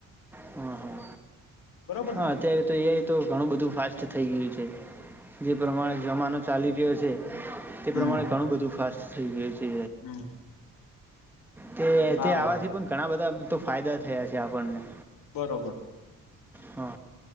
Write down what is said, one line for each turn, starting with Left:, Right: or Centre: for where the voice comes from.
Centre: હા હા
Left: બરોબર
Centre: હા
Left: ને
Centre: અત્યારે તો એ તો ઘણું બધું બધું ફાસ્ટ થઈ ગયું છે જે પ્રમાણે જમાનો ચાલી રહ્યો છે તે
Left: હમ
Centre: પ્રમાણે ઘણું બધું ફાસ્ટ થઈ ગયું છે
Left: હમ
Centre: તે
Left: હાર
Centre: તે આવાથી
Left: વાર
Centre: પણ ઘણા બધા તો ફાયદા થયા છે આપણને
Left: બરોબર
Centre: હ